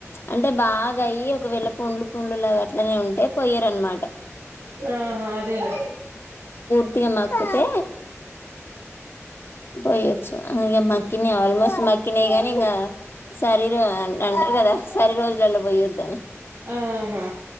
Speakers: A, on the left; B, on the right.
A: అంటె బాగాయ్యి ఒకవేళ పుండ్లు పుండ్లు లాగట్లనే ఉంటే పొయ్యరన్మాట్.
B: ఆహా అదేలా.
A: తె మక్క్తే పొయ్యొ. ఛ అ ఇగ మక్కినే ఆల్మోస్ట్ మక్కినయ్ గానీ ఇంగ సరీరో అంట్ అంటర్ గద సరి రోజులల్లొ. పొయ్యద్దని
B: ఆహా